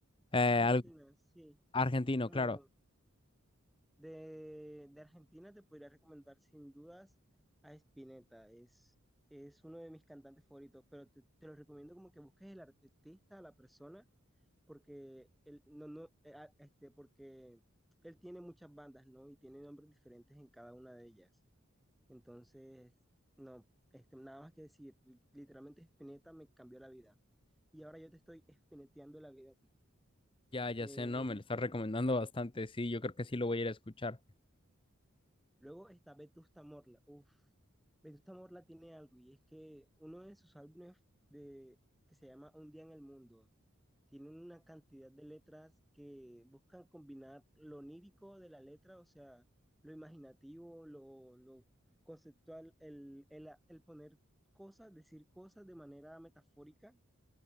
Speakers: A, on the left (about 25°); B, in the centre.
A: Eh,
B: argentino,
A: al-
B: sí.
A: argentino,
B: Bueno,
A: claro.
B: De, de Argentina te podría recomendar sin dudas a Spinetta, es, es uno de mis cantantes favoritos, pero te, te lo recomiendo como que busques el artista, la persona, porque él, no, no, eh, ah, este, porque él tiene muchas bandas, ¿no? Y tiene nombres diferentes en cada una de ellas. Entonces, no, este, nada más que decir, li- literalmente Spinetta me cambió la vida. Y ahora yo te estoy espineteando la vida a ti.
A: Ya, ya
B: Eh,
A: sé, ¿no? Me lo estás recomendando bastante. Sí, yo creo que sí lo voy a ir a escuchar.
B: Luego está Vetusta Morla. Uf, Vetusta Morla tiene algo y es que uno de sus álbumes de, que se llama Un día en el mundo tiene una cantidad de letras que buscan combinar lo onírico de la letra, o sea, lo imaginativo, lo, lo conceptual, el, el, el poner cosas, decir cosas de manera metafórica